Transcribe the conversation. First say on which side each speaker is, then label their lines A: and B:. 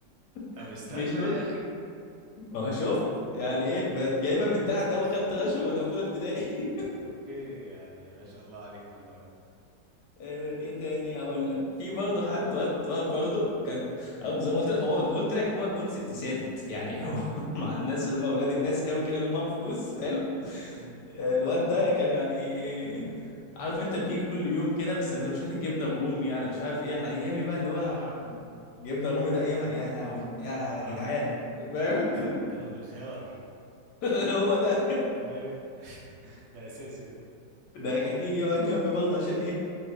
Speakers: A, on the right; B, on the left.
A: طب
B: <laughs>
A: استغلى
B: فيش بط
A: يا اخي
B: ما هو شفت يعني ايه ب- جايبها من تحت قوي خدت غش وانا في اولى ابتدائي
A: اوكي يعني ما شاء الله عليك والله
B: آه، ايه تاني هقول لك في برضه حد واد واد برضه كان او زي ما قلت لك هو هو قلت لك هو كونسبت ثابت يعني هو <laughs> مع الناس اللي هم اولاد الناس قوي كده اللي هم معاهم فلوس حلو
A: امم
B: آه، الواد ده كان يعني عارف انت بيجي كل يوم كده بالسندوتشات الجبنه الرومي على مش عارف ايه على ايامي بقى اللي هو
A: اها
B: جبنه الرومي ده ايامها يا لهوي يا
A: اها
B: جدعان فاهم
A: جنرال بالخيار
B: <laughs> هو ده
A: ايوه ده اساسي ده
B: ده كان يجي يقعد جنبي برضه عشان ايه